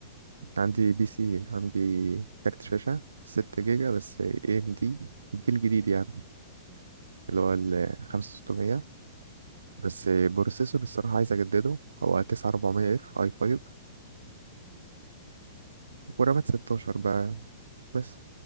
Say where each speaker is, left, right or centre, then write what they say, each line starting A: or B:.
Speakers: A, on the right; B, on the right.
A: عندي بي سي عندي كارت شاشه 6 جيجا بس اي ام دي الجيل الجديد يعني
B: امم
A: اللي هو ال 5600
B: امم
A: بس بروسيسور الصراحه عايز اجدده هو 9400 اف اي 5
B: امم
A: ورامات 16 بقى بس